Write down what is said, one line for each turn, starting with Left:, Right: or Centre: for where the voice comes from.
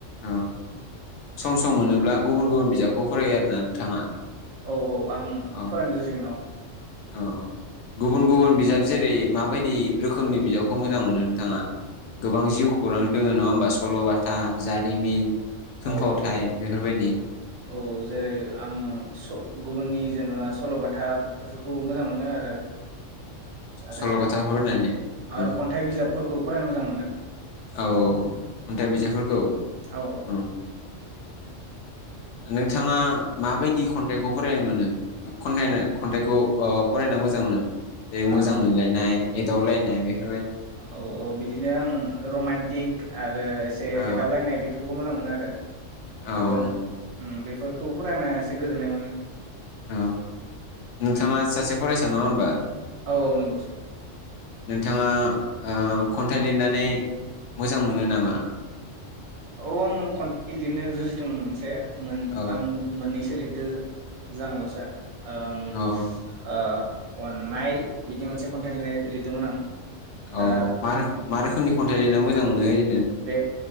Left: अ सम सम मोनोब्ला गुबुन गुबुन बिजाबखौ फरायो आरोना नोंथाङा?
Right: औ औ आं
Left: औ
Right: फरायनो जुजिगोन औ
Left: औ गुबुन गुबुन बिजाब जेरै माबायदि रोखोमनि बिजाबखौ मोजां मोनो नोंथाङा? गोबां जिउ खौरां दोङो नङा ओमबा सु सल'बाथा जारिमिन थुनफावथाय
Right: औ औ
Left: बेफोरबायदि
Right: औ जेरै आं स गुबुननि जेनेबा सल'बाथा बेफोरखौ मोजां मोनो आरो आरो
Left: सल'बाथा फरायनानै औ
Right: आरो खन्थाइ बिजाबफोरखौ फरायनो मोजां मोनो
Left: औ औ खन्थाइ बिजाबफोरखौ
Right: औ
Left: उम नोंथाङा माबायदि खन्थाइखौ फरायनो मोनो खन्थाइ खन्थाइखौ अ फरायनो मोजां मोनो? दे मोजां
Right: ओ
Left: मोनलायनाय एदावलाय <unintelligible>
Right: औ औ बिदिनो आं रमान्टिक आरो एसे
Left: औ
Right: एदावलायनाय बेफोर खौ मोजां मोनो आरो
Left: औ
Right: बेफोर उम बेफ फोरखौ फरायना एसे गोजोननाय मोनो।
Left: औ नोंथाङा सासे फरायसा नङा ओमबा?
Right: औ औ नंगौ ।
Left: नोंथाङा ओ खन्थाइ लिरनानै मोजां मोनो नामा?
Right: औ आं खन्थाइ लिरनो जुजिदोंमोन मोनसे मोन
Left: औ
Right: आं मोननै सो लि <unintelligible> जानांगौ सा ओम
Left: औ
Right: ओ अननाय बिदि मोनसे खन्थाइ लिरनाय लिरदोंमोन आं।
Left: अ
Right: दा
Left: मा रोख
Right: उम
Left: मा रोखोमनि खन्थाइ लिरना मोजां मोनो ओरै
Right: बे